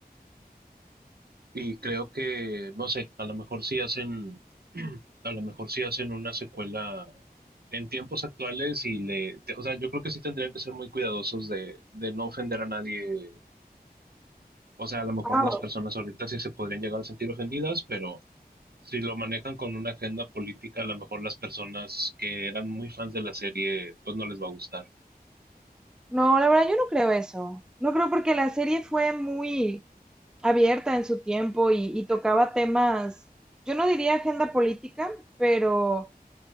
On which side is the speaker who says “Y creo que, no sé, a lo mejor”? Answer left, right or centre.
Right